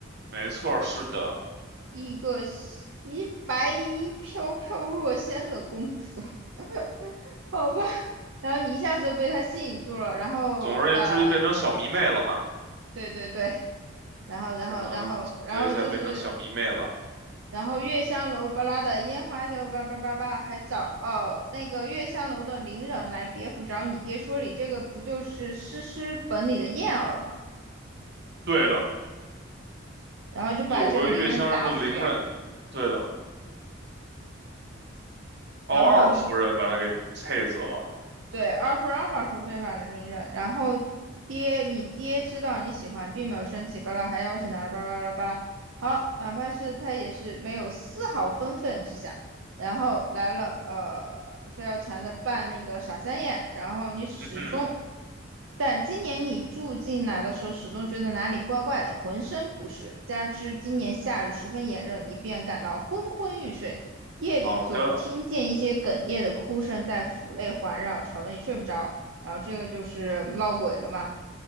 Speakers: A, on the right; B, on the right.
A: 没错，是的，
B: 一个洗白衣飘飘若仙的公子，<laughs> 好吧。然后你一下子就被他吸引住了，然后呃，
A: 总而言之就变成小迷妹了嘛。
B: 对对对，然后然后然后然后就是，
A: 是的，总结一下，变成小迷妹了。
B: 然后月香楼巴拉的烟花就叭叭叭叭，还找哦那个月香楼的伶人来别府找你爹说理，这个不就是诗诗本里的燕儿吗？
A: 对的，
B: 然后就把这个伶人打死了。
A: 有个月香人的伶人，对的，哦，
B: 然后你
A: 二夫人把他给气死了。
B: 对，阿尔二阿尔法说变法能力人，然后爹，你爹知道你喜欢，并没有生气，巴拉还邀请他了，巴拉巴拉巴拉。好，哪怕是他也是没有丝毫愤愤之想，然后来了，呃，非要缠着办那个傻三眼，然后你始终
A: 嗯哼，
B: 但今年你住进来的时候，始终觉得哪里怪怪的，浑身不适。加之今年夏日十分炎热，你便感到昏昏欲睡。夜里总听见一些哽咽的哭声在府内环绕，
A: 好的，
B: 吵得你睡不着。然后这个就是闹鬼了嘛，